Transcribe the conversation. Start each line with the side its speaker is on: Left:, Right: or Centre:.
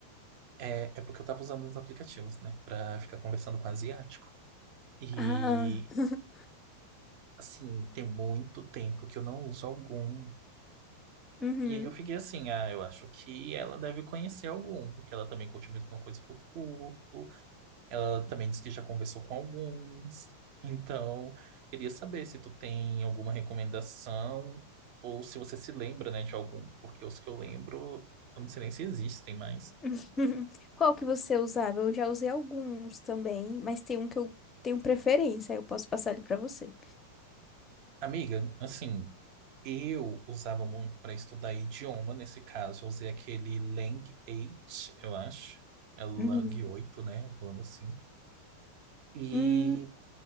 Right: é, é porque eu tava usando uns aplicativos, né, pra ficar conversando com asiático. E,
Left: Ah, <laughs>
Right: assim, tem muito tempo que eu não uso algum.
Left: uhum.
Right: E aí eu fiquei assim, ah, eu acho que ela deve conhecer algum, porque ela também curte a mesma coisa que eu curto. Ela também disse que já conversou com alguns. Então, queria saber se tu tem alguma recomendação ou se você se lembra, né, de algum, porque os que eu lembro, eu não sei nem se existem mais.
Left: <laughs> Qual que você usava? Eu já usei alguns também, mas tem um que eu tenho preferência, eu posso passar ele pra você.
Right: Amiga, assim, eu usava muito para estudar idioma, nesse caso, eu usei aquele Lang 8, eu acho. É Lang
Left: Uhum.
Right: oito né, falando assim. E
Left: Hum,